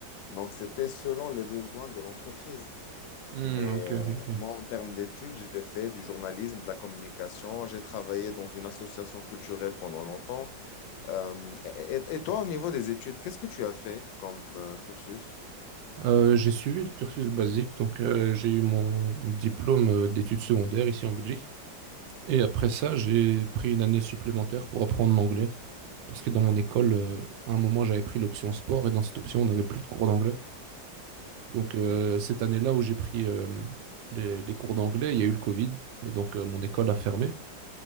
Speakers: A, on the left; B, on the right.
A: Donc, c'était selon les besoins de l'entreprise.
B: Hmm,
A: Mais
B: ok,
A: euh,
B: ok, ok.
A: moi, en termes d'études, j'ai fait du journalisme, de la communication. J'ai travaillé dans une association culturelle pendant longtemps. Euh, et, et toi, au niveau des études, qu'est-ce que tu as fait comme euh, cursus?
B: Euh, j'ai suivi le cursus basique, donc euh, j'ai eu mon diplôme euh, d'études secondaires ici en Belgique. Et après ça, j'ai pris une année supplémentaire pour apprendre l'anglais. Parce que dans mon école, euh, à un moment, j'avais pris l'option sport et dans cette option, on n'avait plus de cours d'anglais. Donc
A: Ok,
B: euh, cette année-là où j'ai pris euh, les, les cours d'anglais, il y a eu le Covid et donc euh, mon école a fermé.